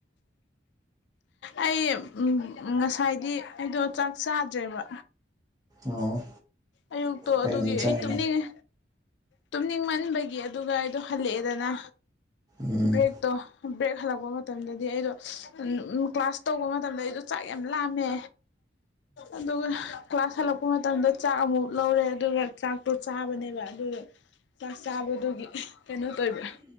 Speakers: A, on the left; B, on the right.
A: ꯑꯩ ꯎꯝ꯫ ꯎꯝ ꯉꯁꯥꯏꯗꯤ ꯑꯩꯗꯣ ꯆꯥꯛ ꯆꯥꯗ꯭ꯔꯦꯕ꯫
B: ꯑꯣ
A: ꯑꯌꯨꯛꯇꯣ
B: ꯀꯩ
A: ꯑꯗꯨꯒꯤ
B: ꯑꯣꯏꯅ ꯆꯥꯔꯦ
A: ꯑꯩ ꯇꯨꯝꯅꯤꯡꯉꯦ꯫ ꯇꯨꯝꯅꯤꯡꯃꯟꯕꯒꯤ ꯑꯗꯨꯒ ꯑꯩꯗꯣ ꯍꯜꯂꯛꯑꯦꯗꯅ
B: ꯎꯝ
A: ꯕ꯭ꯔꯦꯛꯇꯣ ꯕ꯭ꯔꯦꯛ ꯍꯜꯂꯛꯄ ꯃꯇꯝꯗꯗꯤ ꯑꯩꯗꯣ ꯀ꯭ꯂꯥꯁ ꯇꯧꯕ ꯃꯇꯝꯗ ꯑꯩꯗꯣ ꯆꯥꯛ ꯌꯥꯝ ꯂꯥꯝꯃꯦ꯫ ꯑꯗꯨꯒ ꯀ꯭ꯂꯥꯁ ꯍꯜꯂꯛꯄ ꯃꯇꯝꯗ ꯆꯥꯛ ꯑꯃꯨꯛ ꯂꯧꯔꯦ ꯑꯗꯨꯒ ꯆꯥꯛꯇꯣ ꯆꯥꯕꯅꯦꯕ ꯑꯗꯨꯒ ꯆꯥꯛ ꯆꯥꯕꯗꯨꯒꯤ ꯀꯩꯅꯣ ꯇꯧꯑꯦꯕ